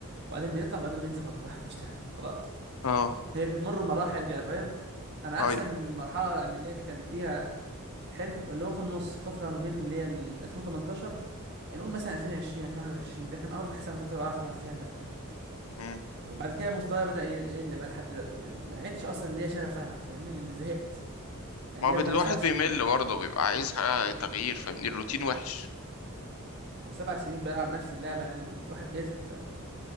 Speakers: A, on the right; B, on the left.
A: وبعدين بيطلع وبعدين بينزل خلاص <laughs> مش تع- خلاص
B: اه
A: هي بتمر مراحل كده فاهم انا
B: ايوه
A: احسن مرحله يعني اللعب كان فيها حلو اللي هو في النص فتره ما بين اللي هي ال 2018 يعني نقول مثلا 2020 2021 ده كان افضل احسن فتره بعرف العب فيها اللعب
B: مم.
A: بعد كده مستواي بدا يقل بقى لحد دلوقتي يعني ما عدتش اصلا ليا شغف العب فاهمني اللي زهقت يعني
B: ما
A: اللعبه
B: هو الواحد
A: بقى لها سبع سنين
B: بيمل برضه بيبقى عايز حاجة تغيير فاهمني الروتين وحش
A: سبع سنين بلعب نفس اللعبة يعني الواحد بيزهق فاهم